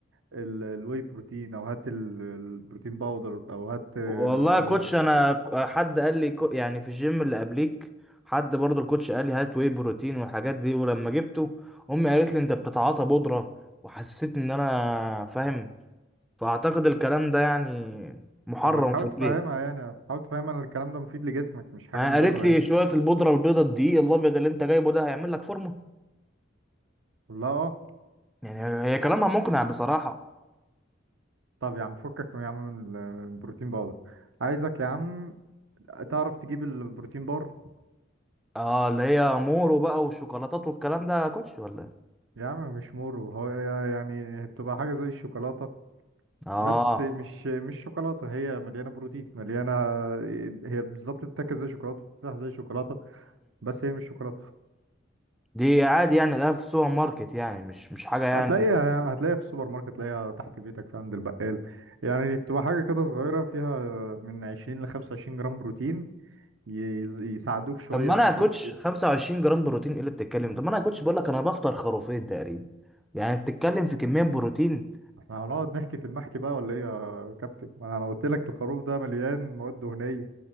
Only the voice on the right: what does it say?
ال- الواي بروتين او هات ال- البروتين باودر او هات آه،
طب ما تحاول
تفهمها يعني حاول تفهمها ان الكلام ده مفيد لجسمك مش حاجه
مضره
يعني
قول لها اه
طب يا عم فكك من يا عم من البروتين باودر عايزك يا عم تعرف تجيب البروتين بار
يا عم مش مورو هو يعني بتبقى حاجة زي الشوكولاتة
بس مش مش شوكولاتة هي مليانة بروتين مليانة هي بالظبط بتتاكل زي شوكولاتة بتتفتح زي شوكولاتة بس هي مش شوكولاتة
هتلاقيها يعني هتلاقيها في السوبر ماركت تلاقيها تحت بيتك في عند البقال يعني بتبقى حاجة كده صغيرة فيها من 20 ل 25 جرام بروتين يز- يساعدوك شوية
تزق
احنا هنقعد نحكي في المحكي بقى ولا ايه يا كابتن ما انا قلت لك الخروف ده مليان مواد دهنية